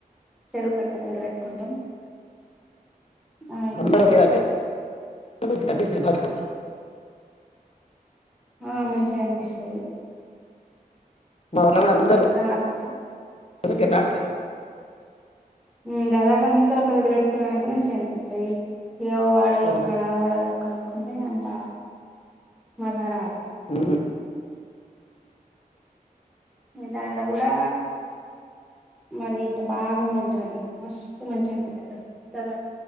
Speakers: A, in the centre; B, on the left.
A: చెరువు కట్ట దగ్గర పెట్టుకుంటాం. ఆకం
B: అందరూ ఒకే దగ్గర <unintelligible>
A: మ్ మంచిగా అనిపిస్తుంది
B: మాఊళ కూడా అందరు
A: దాదాపు
B: దగ్గర ఆడతారు
A: మ్ దాదాపుందర ఒక దగ్గర పెట్కుని ఆడితే మంచిగా కనిపిస్తాయి ఇ వాడలోక్కడ
B: అవును
A: వాడ కలుపుకుంటే అంత మజా రా
B: ఆహా
A: మీదాంలో కూడా మది ఇట్ బాగుందింటారు, మస్తు మంచిగా అం పెద్ద గ